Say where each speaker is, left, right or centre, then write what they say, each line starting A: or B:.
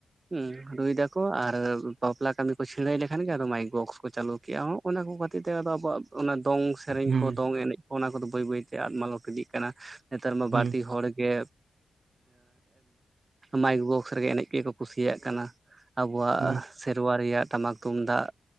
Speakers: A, on the right; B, on the right.
A: ᱦᱩᱸ ᱨᱩᱭᱫᱟ ᱟᱨ ᱵᱟᱯᱞᱟ ᱠᱟᱹᱢᱤ ᱠᱚ ᱪᱷᱤᱲᱟᱹᱣ ᱞᱮᱠᱷᱟᱱ ᱜᱮ ᱟᱫᱚ ᱢᱟᱭᱤᱠ ᱵᱚᱠᱥ ᱠᱚ ᱪᱟᱹᱞᱩ ᱠᱮᱜᱼᱟ ᱦᱚᱸ ᱚᱱᱟ ᱠᱚ ᱠᱷᱟᱹᱛᱤᱨ ᱛᱮ ᱟᱫᱚ ᱟᱵᱚᱣᱟᱜ ᱚᱱᱟ ᱫᱚᱝ ᱥᱮᱨᱮᱧ
B: ᱦᱩᱸ
A: ᱠᱚ ᱫᱚᱝ ᱮᱱᱮᱡ ᱠᱚ ᱚᱱᱟ ᱠᱚᱫᱚ ᱵᱟᱹᱭ ᱵᱟᱹᱭᱛᱮ ᱟᱫ ᱢᱟᱞᱚᱴ ᱤᱫᱤᱜ ᱠᱟᱱᱟ ᱱᱮᱛᱟᱨ ᱢᱟ
B: ᱦᱩᱸ
A: ᱵᱟᱹᱲᱛᱤ
B: ᱦᱩᱸ
A: ᱦᱚᱲᱜᱮ ᱢᱟᱭᱤᱠ ᱵᱚᱠᱥ ᱨᱮᱜᱮ ᱮᱱᱮᱡ ᱜᱮᱠᱚ ᱠᱩᱥᱤᱭᱟᱜ ᱠᱟᱱᱟ ᱟᱵᱚᱣᱟᱜ
B: ᱦᱩᱸ
A: ᱥᱮᱨᱣᱟ ᱨᱮᱭᱟᱜ ᱴᱟᱢᱟᱠ ᱛᱩᱢᱫᱟᱜ